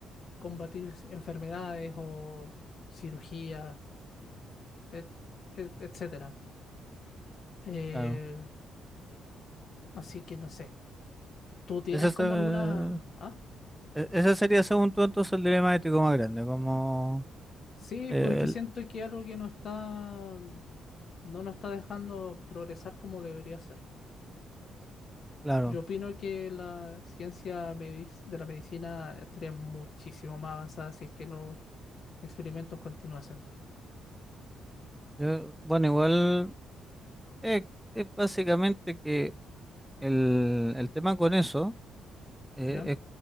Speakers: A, on the left; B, in the centre.
A: combatir enfermedades o cirugías, et- et- etcétera. Eh,
B: Claro.
A: así que no sé. ¿Tú tienes
B: Ese, se-
A: como alguna... Ah,
B: e- ese sería, según tú, entonces el dilema ético más grande, como,
A: sí,
B: eh,
A: porque
B: el-
A: siento que algo que no está... no nos está dejando progresar como debería ser.
B: claro,
A: Yo opino que la ciencia medic- de la medicina estaría muchísimo más avanzada si es que los experimentos continuasen,
B: yo- bueno, igual eh, es, básicamente que el, el tema con eso eh,
A: ¿ya?
B: es